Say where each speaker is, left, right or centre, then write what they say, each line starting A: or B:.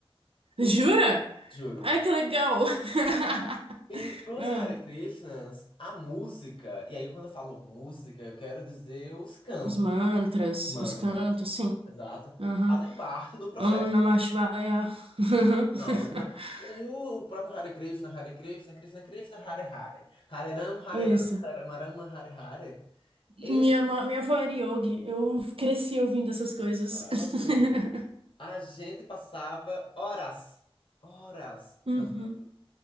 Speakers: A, on the right; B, on the left.
A: Jura?
B: E juro.
A: Ai, que legal. <laughs>
B: E pros
A: Ah,
B: Hare Krishnas, a música, e aí quando eu falo música, eu quero dizer os cantos,
A: os mantras,
B: mantras,
A: os cantos, sim.
B: exato,
A: Aham.
B: fazem parte do processo.
A: Om Namah Shivaya. Aham. <laughs>
B: Não, uma- e o próprio Hare Krishna, Hare Krishna, Krishna Krishna, Hare Hare, Hare Ram, Hare
A: Isso.
B: Ram, Hare Rama, Hare Hare.
A: Minha,
B: E
A: ma- minha avó era yogi. Eu cresci ouvindo essas coisas.
B: <laughs>
A: <laughs>
B: a gente passava horas, horas
A: Uhum.
B: cantando.